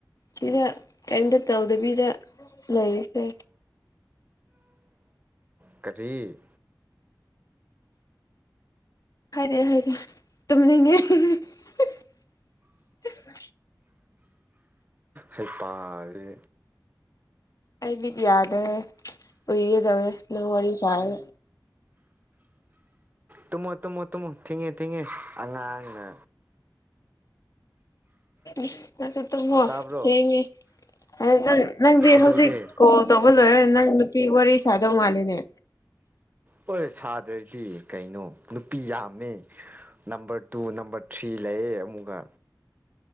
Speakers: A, on the left; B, on the right.
A: ꯁꯤꯗ ꯀꯔꯤꯝꯇ ꯇꯧꯗꯕꯤꯗ ꯂꯩꯔꯤꯁꯦ
B: ꯀꯔꯤ
A: ꯍꯥꯏꯗꯦ ꯍꯥꯏꯗꯦ ꯇꯨꯝꯅꯤꯡꯉꯦ <unintelligible>
B: ꯍꯩ ꯄꯥꯗꯤ
A: ꯑꯩ ꯃꯤꯠ ꯌꯥꯗꯦ ꯎꯏꯒꯦ ꯇꯧꯋꯦ ꯅꯣꯏ ꯋꯥꯔꯤ ꯁꯥꯔꯒ
B: ꯇꯨꯝꯃꯣ ꯇꯨꯝꯃꯣ ꯇꯨꯝꯃꯣ ꯊꯦꯡꯉꯦ ꯊꯦꯡꯉꯦ ꯑꯉꯥꯡꯅ
A: ꯏꯁ ꯐꯖꯅ ꯇꯨꯝꯃꯣ
B: ꯇꯥꯕ꯭ꯔꯣ
A: ꯊꯦꯡꯉꯦ ꯍꯥꯏ ꯅꯪ ꯅꯪꯗꯤ
B: ꯑꯗꯨꯅꯦ
A: ꯍꯧꯖꯤꯛ ꯀꯣꯜ ꯇꯧꯕ ꯂꯣꯏꯔ ꯅꯪ ꯅꯨꯄꯤꯒ ꯋꯥꯔꯤ ꯁꯥꯗꯧ ꯃꯥꯂꯤꯅꯦ
B: ꯍꯣꯏ ꯁꯥꯗ꯭ꯔꯗꯤ ꯀꯩꯅꯣ ꯅꯨꯄꯤ ꯌꯥꯝꯃꯦ ꯅꯝꯕꯔ ꯇꯨ ꯅꯝꯕꯔ ꯊ꯭ꯔꯤ ꯂꯩꯌꯦ ꯑꯃꯨꯛꯒ